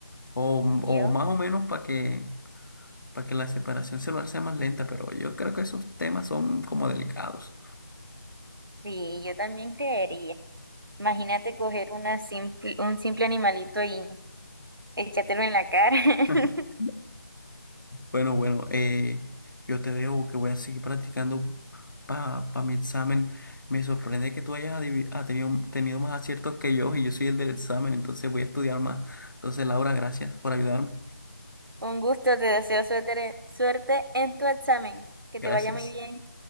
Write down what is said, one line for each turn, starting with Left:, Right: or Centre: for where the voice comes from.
Left: O,
Right: Dios.
Left: o más o menos para que, para que la separación celular sea más lenta, pero yo creo que esos temas son como delicados.
Right: Sí, yo también creería. Imagínate coger una simple, un simple animalito y échatelo en la cara. <laughs>
Left: <laughs> Bueno, bueno, eh, yo te dejo que voy a seguir practicando para mi examen. Me sorprende que tú hayas adivi- ha tenido, tenido más aciertos que yo y yo soy el del examen, entonces voy a estudiar más. Entonces, Laura, gracias por ayudarme.
Right: Un gusto, te deseo suerte, suerte en tu examen. Que te
Left: Gracias.
Right: vaya muy bien.